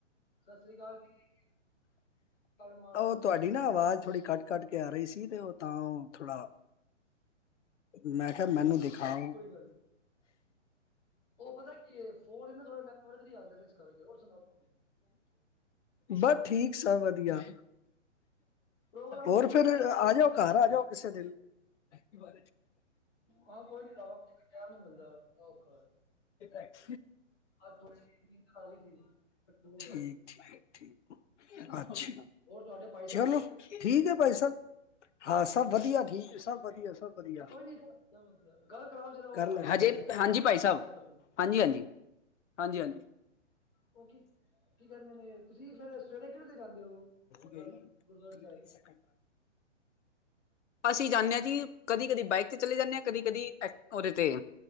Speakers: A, on the left; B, on the left.
A: ਸਤਿ ਸ੍ਰੀ ਅਕਾਲ ਜੀ, ਪਰ ਮਹਾਰਾ
B: ਉਹ ਤੁਹਾਡੀ ਨਾ ਅਵਾਜ਼ ਥੋੜੀ ਕੱਟ ਕੱਟ ਕੇ ਆ ਰਹੀ ਸੀ, ਤੇ ਉਹ ਤਾਂ ਉਹ ਥੋੜਾ ਮੈਂ ਕਿਹਾਿਆ ਮੈਨੂੰ ਦਿਖਾ
A: ਕੋਈ ਗੱਲ ਨੀ ਉਹ ਪਤਾ ਕੀ ਏ ਫੋਨ ਇਹ ਨਾ ਥੋੜਾ ਨੈਟਵਰਕ ਨੀ ਆਂਦੇ ਪੈ, ਇਸ ਕਰਕੇ ਹੋਰ ਸੁਣਾਓਸੀ
B: ਬਸ ਠੀਕ ਸ ਵਧੀਆ
A: ਪ੍ਰੋਗਰਾਮ
B: ਹੋਰ
A: ਪ੍ਰੋਗਰਾਮ
B: ਫੇਿਰ
A: ਆਇਆ
B: ਆ
A: ਨਹੀਂ
B: ਜਾਓ ਘਰ ਆ ਜਾਓ ਕਿਸੇ ਦਿਨ ਐ ਬ
A: ਹਾਂ ਕੋਈ ਨੀ ਨੀ ਮਿਲਦਾ ਔਖਾ
B: ੈਕ
A: ਅੱਜ ਥੋੀ ਗਈ ਸੀ ਹੋ
B: ਠੀਕ
A: ਗਿਆ
B: ਠੀਕ ਠੀਕ
A: ਹਾਂਜੀ
B: ਅੱਛਾ
A: ਹੋਰ ਤੁਹਾਡੇ ਭਾਈ ਸਾਹਿਬ
B: ਚਲੋ
A: ਠੀਕ ਨੇ
B: ਠੀਕ ਹੈ ਭਾਈ ਸਬ ਹਾਂ ਸਭ ਵਧੀਆ ਠੀਕ ਹੈ ਸਭ ਵਧੀਆ ਸਭ ਵਧੀਆ
A: ਕੋਈ ਨੀ ਸਭ ਵਧੀਆ ਗੱਲ ਕਰਾਓ ਜਿਹੜਾ ਉਹ
B: ਕਰ
A: ਭਾਜੀ
B: ਲੈਣਾ
A: ਨਾਲ
B: ਹਜੇ
A: ਜਿਹੜਾ
B: ਹਾਂਜੀ ਭਾਈ
A: ਕੋਈ
B: ਸਾਹਿਬ
A: ਗੱਲ ਕਰਨ
B: ਹਾਂਜੀ ਹਾਂਜੀ ਹਾਂਜੀ ਹਾਂਜੀ
A: ਉਹ ਕੀ, ਕੀ ਕਹਿੰਦੇ ਨੇ ਤੁਸੀਂ ਫੇਰ ਸਵੇਰੇ ਕਿਹੜੇ ਤੇ ਜਾਂਦੇ ੳ, ਮਤਲਬ
B: ਹੋ ਗਏ ਨੀ
A: ਗੁਰਦੁਆਰੇ
B: ਜੀ
A: ਸਾਹਿਬ
B: ਤੀਹ ਸੈਕਿੰਡ ਅਸੀਂ ਜਾਂਨੇ ਹਾਂ ਜੀ ਕਦੀ ਕਦੀ ਬਾਈਕ ਤੇ ਚਲੇ ਜਾਂਦੇ ਹਾਂ, ਕਦੀ ਕਦੇ ਉਹਦੇ ਤੇ